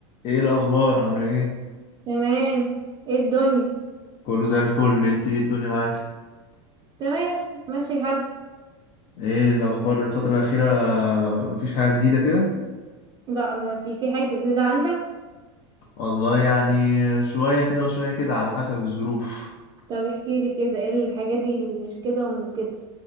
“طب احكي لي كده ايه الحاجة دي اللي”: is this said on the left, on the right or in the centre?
Right